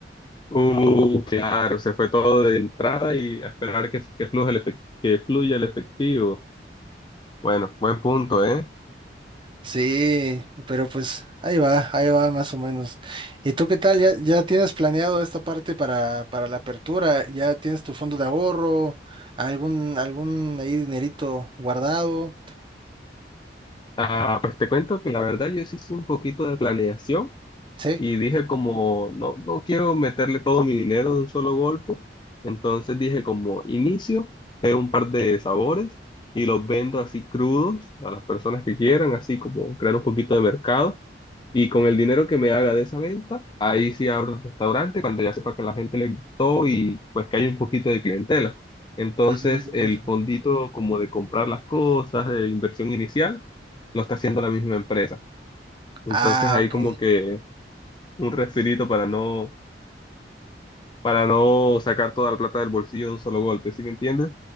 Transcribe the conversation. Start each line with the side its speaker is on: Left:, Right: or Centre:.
Left: Uh, claro, se fue todo de entrada y a esperar que, que fluya el efec- que fluya el efectivo. Bueno, buen punto, ¿eh?
Right: Sí, pero pues ahí va, ahí va más o menos. ¿Y tú qué tal? ¿Ya, ya tienes planeado esta parte para, para la apertura? ¿Ya tienes tu fondo de ahorro? ¿Algún, algún ahí dinerito guardado?
Left: Ah, pues te cuento que la verdad yo sí hice un poquito de planeación.
Right: Sí.
Left: Y dije como, no, no quiero meterle todo mi dinero de un solo golpe. Entonces dije como, inicio, pego un par de sabores y los vendo así crudos a las personas que quieran, así como crear un poquito de mercado. Y con el dinero que me haga de esa venta, ahí sí abro el restaurante cuando ya sepa que a la gente le gustó y pues que hay un poquito de clientela. Entonces
Right: Mm,
Left: el
Right: ujú.
Left: fondito como de comprar las cosas, de inversión inicial, lo está haciendo la misma empresa. Entonces
Right: Ah,
Left: ahí
Right: ok.
Left: como que un respirito para no, para no sacar toda la plata del bolsillo de un solo golpe, ¿sí me entiendes?